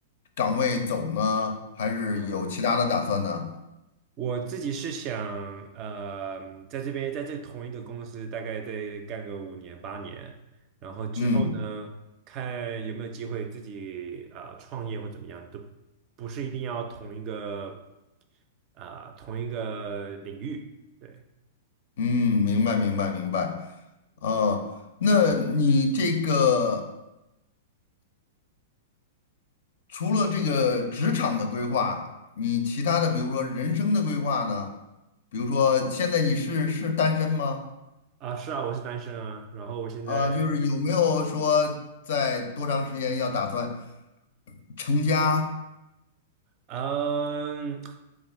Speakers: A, on the left; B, on the right.
A: 岗位走呢，还是有其他的打算呢？
B: 啊、我自己是想呃，在这边在这同一个公司大概再干个五年八年，然后之后呢，
A: 嗯
B: 看有没有机会自己呃创业或怎么样，都不是一定要同一个啊、同一个领域，对。
A: 嗯，明白明白明白。呃，那你这个除了这个职场的规划，你其他的比如说人生的规划呢？比如说现在你是是单身吗？
B: 啊，是啊，我是单身啊，然后我现在
A: 啊，就是有没有说在多长时间要打算成家
B: 嗯，